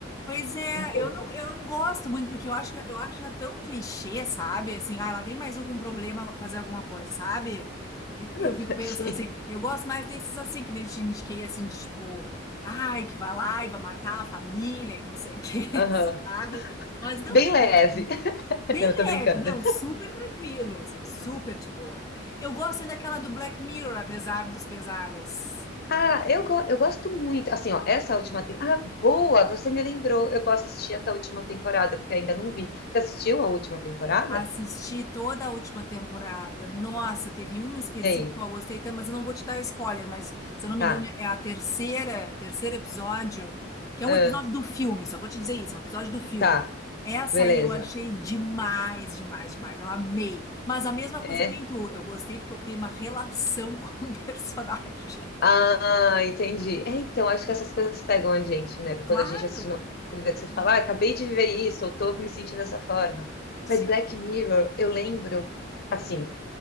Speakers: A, on the left; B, on the left.
A: Pois é,
B: um pouco,
A: eu não, eu não gosto muito, porque eu acho que eu acho já tão clichê, sabe? Assim, ah, lá vem mais um com problema fazer alguma coisa, sabe? E eu
B: <laughs>
A: fico pensando
B: assim.
A: assim, eu gosto mais desses assim, que nem eu te indiquei, assim, de, tipo, ai, que vai lá e vai matar a família e não sei o quê,
B: Aham.
A: <laughs> sabe? Mas
B: Bem
A: não de gente
B: leve.
A: assim,
B: <laughs>
A: bem
B: Não, eu
A: leve,
B: tô brincando.
A: não, super tranquilo, assim, super de boa. Eu gosto ainda daquela do Black Mirror, apesar dos pesares.
B: Ah, eu, go- eu gosto muito. Assim, ó, essa última temporada. Ah, boa! Você me lembrou. Eu posso assistir essa última temporada, porque eu ainda não vi. Você assistiu a última temporada?
A: Assisti toda a última temporada. Nossa, teve um específico
B: Ei,
A: que eu gostei tanto, mas eu não vou te dar spoiler, mas se eu não me
B: tá.
A: engano é a terceira, terceiro episódio, que é
B: Ah,
A: um episódio do filme, só vou te dizer isso, é um episódio do filme.
B: tá.
A: Essa
B: Beleza.
A: aí eu achei demais, demais, demais. Eu amei. Mas a mesma coisa
B: É.
A: que nem tu, eu gostei porque eu criei uma relação <laughs> com o personagem.
B: Ah, entendi. É, então, acho que essas coisas pegam a gente, né?
A: Claro,
B: Quando a gente assiste uma coisa
A: total.
B: que você fala, ah, acabei de viver isso, eu tô me sentindo dessa forma.
A: Sim.
B: Mas Black Mirror, eu lembro, assim,